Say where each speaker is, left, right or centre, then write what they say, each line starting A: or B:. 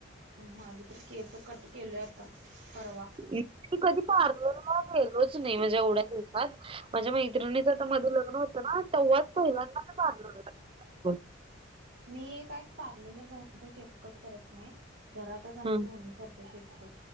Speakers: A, on the right (about 65°); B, on the right (about 25°).
A: माझे तरी केस तर कट केलेय आता परवा
B: ती कधी पारल गेलोच नाही म्हणझ्या उड्या दि होतात माझ्या मैत्रिणीच आता मध्ये लग्न होत ना तेववाच पहिलांना नाही बधलं
A: मी काय पार्लरला जाऊन काही केसकट करत नाही घरातच आमची
B: हा
A: मम्मी करतेय केसकट